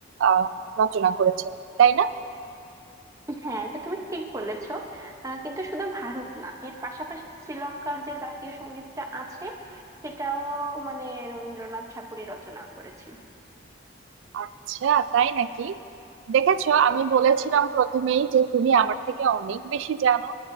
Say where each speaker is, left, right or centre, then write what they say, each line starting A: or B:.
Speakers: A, on the right; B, on the right.
A: আহ রচনা করেছেন তাই না
B: হ্যাঁ এটা তুমি ঠিক বলেছো আহ, কিন্তু শুধু ভারত না এর পাশাপাশি শ্রীলঙ্কার যে জাতীয় সঙ্গীতটা আছে সেটাও মানে রবীন্দ্রনাথ ঠাকুরই রচনা করেছেন
A: আচ্ছা তাই নাকি দেখেছো আমি বলেছিলাম প্রথমেই যে তুমি আমার থেকে অনেক বেশি জানো